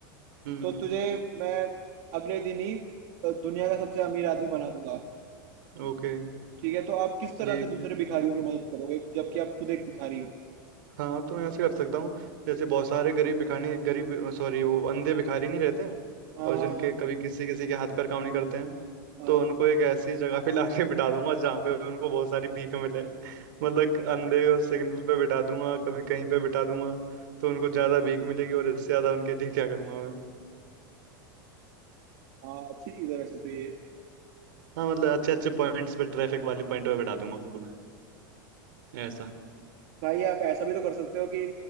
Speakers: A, on the right; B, on the right.
A: हम्म,
B: तो तुझे मैं अगले दिन ही अ, दुनिया का सबसे अमीर आदमी बना दूंगा
A: ओके
B: ठीक है तो आप किस तरह
A: ठीक
B: से दूसरे भिखारियों की मदद करोगे जबकि आप खुद एक भिखारी हो
A: हाँ तो मैं ऐसे कर सकता हूँ जैसे बहुत सारे गरीब भिखारी गरीब सॉरी वो अंधे भिखारी नहीं रहते हैं
B: हाँ
A: और
B: हाँ
A: जिनके
B: हाँ
A: कभी किसी किसी के हाथ पैर काम नहीं करते हैं
B: हाँ
A: तो उनको एक ऐसी जगह पे <laughs> लाके बिठा दूंगा जहाँ पे उनको बहुत सारी भीख मिले मतलब कि अंधे को सिग्नल पे बिठा दूंगा कभी कहीं पे बिठा दूंगा तो उनको ज्यादा भीख मिलेगी और इससे ज्यादा उनके लिए क्या करूंगा मैं
B: हाँ, अच्छी चीज है वैसे तो ये
A: हाँ मतलब अच्छे अच्छे पॉइंट्स पे ट्रैफिक वाले पॉइंट पे बिठा दूंगा उनको मैं ऐसा
B: भाई आप ऐसा भी तो कर सकते हो कि